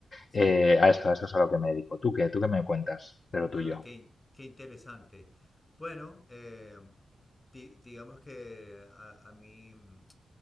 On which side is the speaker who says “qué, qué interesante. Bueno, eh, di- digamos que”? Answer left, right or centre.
Left